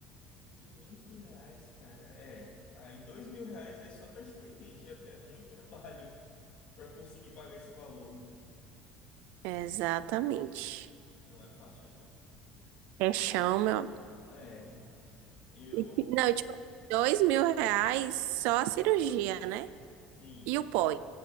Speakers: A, on the left; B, on the right.
A: 500 reais, cara. É. Aí, dois mil reais aí só para extrair dente. É, é muito trabalho para conseguir pagar esse valor.
B: Exatamente.
A: Não é fácil, não.
B: É chão, meu.
A: É, rapaz. Eu
B: E Não, tipo, dois mil reais só a cirurgia, né?
A: Sim.
B: E o pó.